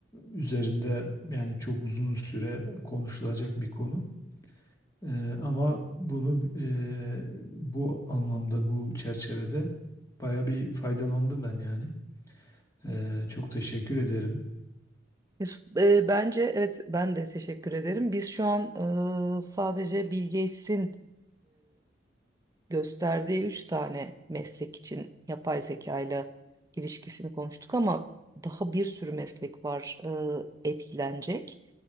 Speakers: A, on the left (about 20°); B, on the right (about 20°).
A: üzerinde yani çok uzun süre konuşulacak bir konu. E, ama bunu e, bu anlamda, bu çerçevede baya bir faydalandım ben yani. E, çok teşekkür ederim.
B: Yusuf, e, bence evet ben de teşekkür ederim. Biz şu an e, sadece Bill Gates'in gösterdiği üç tane meslek için yapay zeka ile ilişkisini konuştuk ama daha bir sürü meslek var e, etkilenecek.